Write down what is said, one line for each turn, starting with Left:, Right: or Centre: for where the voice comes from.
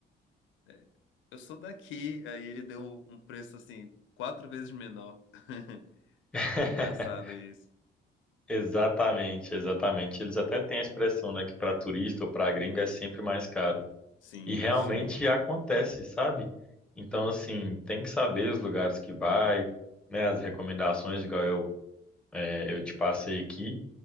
Left: é, Eu sou daqui. Aí ele deu um preço assim, quatro vezes menor. <laughs>
Centre: <laughs>
Left: Muito engraçado isso.
Centre: Exatamente, exatamente. Eles até têm a expressão, né, que para turista ou para gringa é sempre mais caro.
Left: Sim,
Centre: E realmente
Left: sim.
Centre: acontece, sabe? Então, assim, tem que saber os lugares que vai, né? As recomendações, igual eu, é, eu te passei aqui,